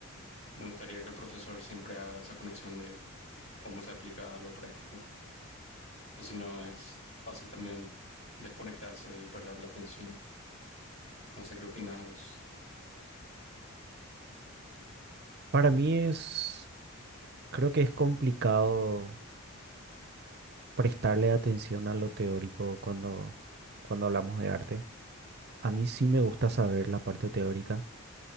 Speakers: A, on the left; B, on the right.
A: Me gustaría que el profesor siempre haga esa conexión de cómo se aplica a lo práctico, o si no es fácil también desconectarse y perder la atención. No sé qué opinas vos.
B: Para mí es, creo que es complicado prestarle atención a lo teórico cuando, cuando hablamos de arte. A mí sí me gusta saber la parte teórica,